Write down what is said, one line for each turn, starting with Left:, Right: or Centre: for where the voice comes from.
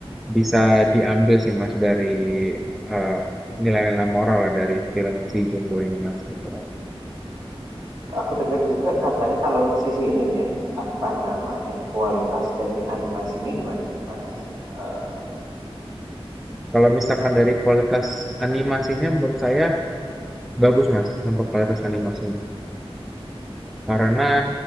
Centre: bisa diambil sih Mas dari eh, nilai-nilai moral ya dari film si Jumbo ini Mas gitu.
Right: aku dengar juga katanya kalau di sisi ininya apa namanya kualitas dari animasinya gimana mas Eh,
Centre: Kalau misalkan dari kualitas animasinya menurut saya bagus Mas untuk kualitas animasinya. Karena